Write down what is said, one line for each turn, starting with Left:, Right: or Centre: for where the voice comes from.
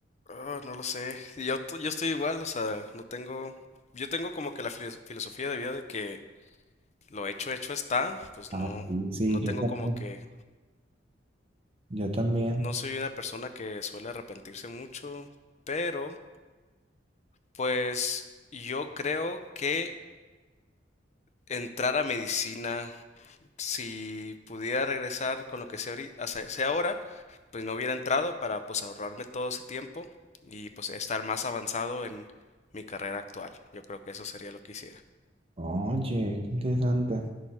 Left: Ah, no lo sé. Yo, t- yo estoy igual, o sea, no tengo... Yo tengo como que la filo- filosofía de vida de que lo hecho hecho está, pues
Right: Ah,
Left: no,
Right: sí, sí,
Left: no
Right: yo
Left: tengo
Right: también.
Left: como que...
Right: Yo también.
Left: No soy una persona que suele arrepentirse mucho, pero pues yo creo que entrar a medicina. Si pudiera regresar con lo que sé, ahori- hace- sé ahora, pues no hubiera entrado para pues ahorrarme todo ese tiempo y pues estar más avanzado en mi carrera actual. Yo creo que eso sería lo que hiciera.
Right: Oye, qué interesante.